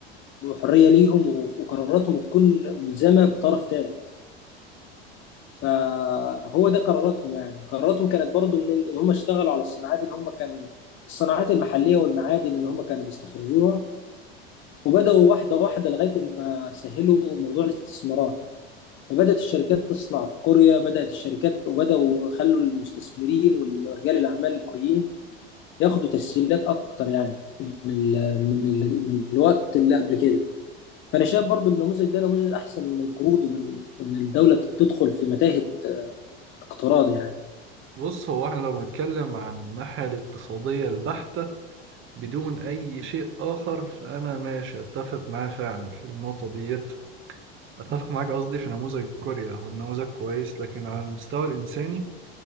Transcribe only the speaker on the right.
بص هو احنا لو بنتكلم عن الناحية الاقتصادية البحتة بدون أي شيء آخر فأنا ماشي أتفق معاه فعلا في النقطة ديت أتفق معاك قصدي في نموذج كوريا هو النموذج كويس لكن على المستوى الإنساني